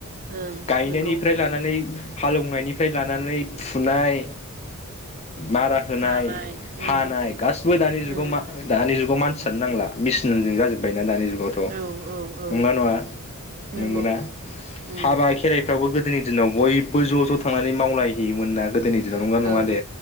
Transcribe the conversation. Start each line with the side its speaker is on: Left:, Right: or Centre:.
Right: ओं
Left: गायनायनिफ्राय
Right: नोंगौ
Left: लानानै हालेवनायनिफ्राय लानानै फुनाय मारा होनाय
Right: हानाय
Left: हानाय
Right: उम
Left: गासिबो दानि जुगाव
Right: उम
Left: मा दानि जुगाव मानसियानो नांला। मिसिनजोंनो जाजोबबायना दानि जुगावथ'
Right: ओं औ
Left: नंगौना नङा?
Right: औ नंगौ
Left: नंगौना
Right: उम
Left: हाबा खेराइफ्रावबो गोदोनि दिनाव बयबो ज' ज' थांनानै मावलायहैयोमोन ना गोदोनि दिनाव। नंगौना नङा
Right: औ
Left: दे!